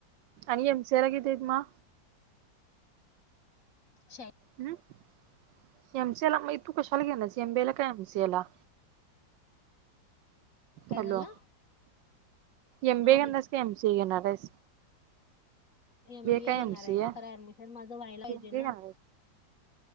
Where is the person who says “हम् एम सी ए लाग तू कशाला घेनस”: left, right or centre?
Right